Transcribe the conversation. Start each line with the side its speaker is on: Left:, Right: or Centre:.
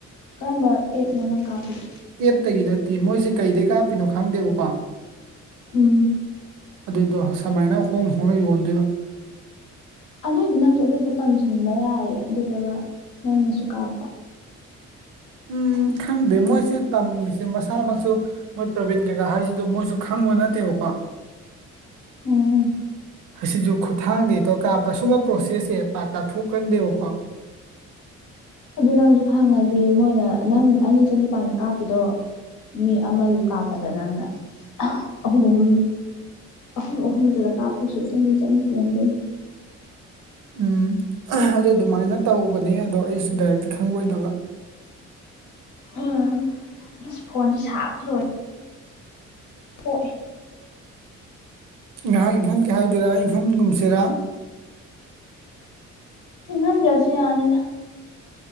Left: ꯀꯔꯝꯕ ꯑꯦꯞꯅꯣ ꯅꯪ ꯀꯥꯞꯄꯤꯗ‌ꯣ
Right: ꯑꯦꯞꯇꯒꯤ ꯅꯠꯇꯦ ꯃꯣꯏꯁꯦ ꯀꯩꯗꯒꯤ ꯀꯥꯞꯄꯤꯅꯣ ꯈꯪꯗꯦꯕꯀꯣ
Left: ꯎꯝ
Right: ꯑꯗꯨꯗꯣ ꯁꯃꯥꯏꯅ ꯍꯣꯡꯅ ꯍꯣꯡꯅ ꯌꯣꯟꯗꯣꯏꯕ
Left: ꯑꯗꯨꯏꯗꯤ ꯅꯪꯁꯨ ꯑꯗꯨꯗꯣ ꯇꯝꯁꯤꯟꯕ ꯌꯥꯏꯌꯦ ꯑꯗꯨꯗꯨꯒ ꯅꯪꯅꯁꯨ ꯀꯥꯞꯄ
Right: ꯎꯝ ꯈꯪꯗꯦ ꯃꯣꯏꯁꯦ ꯇꯝꯃꯤꯁꯦ ꯃꯁꯥꯃꯛꯁꯨ ꯃꯣꯏ ꯄ꯭ꯔꯕꯤꯟ ꯀꯩꯀꯥ ꯍꯥꯏꯁꯤꯗ ꯃꯣꯏꯁꯨ ꯈꯪꯕ ꯅꯠꯇꯦꯕꯀꯣ
Left: ꯎꯝ
Right: ꯑꯁꯤꯁꯨ ꯈꯨꯠꯊꯥꯡꯗꯒꯤ ꯗꯔꯀꯥꯞꯄ ꯁꯨꯝꯕ ꯄ꯭ꯔꯣꯁꯦꯁꯁꯦ ꯄꯥꯛ ꯇꯥꯛꯊꯣꯛꯀꯟꯗꯦꯕꯀꯣ
Left: ꯑꯗꯨ ꯅꯪꯁꯨ ꯈꯪꯉꯗꯤ ꯃꯣꯏꯅ ꯅꯪ ꯑꯅꯤ ꯆꯅꯤꯄꯥꯥꯟꯗ ꯀꯥꯞꯄꯤꯗꯣ ꯃꯤ ꯑꯃꯒꯤ ꯀꯥꯞꯄꯗ ꯅꯪꯅ ꯑꯍꯨꯝ ꯑꯍꯨꯝ ꯑꯍꯨꯝ ꯑꯍꯨꯝꯗꯨꯗ ꯀꯥꯞꯄꯁꯨ ꯆꯅꯤ ꯆꯅꯤ ꯇꯣꯡꯗꯣꯏꯅꯤ
Right: ꯎꯝ ꯑꯗꯨ ꯑꯗꯨꯃꯥꯏꯅ ꯇꯧꯕꯅꯦ ꯑꯗꯣ ꯑꯩꯁꯨ ꯗꯥꯏꯔꯦꯛꯇꯤ ꯈꯪꯕ ꯑꯣꯏꯗꯕ
Left: ꯎꯝ ꯑꯁ ꯐꯣꯟꯁꯦ ꯁꯥꯕꯗ ꯂꯣꯏ ꯐ‌ꯣꯛꯑꯦ
Right: ꯉꯥꯏꯍꯥꯛ ꯏꯪꯈꯟꯒ‌ꯦ ꯍꯥꯏꯗꯨꯏꯔꯥ ꯏꯪꯍꯟꯒꯨꯝꯁ‌ꯦꯔꯥ
Left: ꯏꯪꯍꯟꯗ꯭ꯔꯁꯨ ꯌꯥꯅꯤꯗ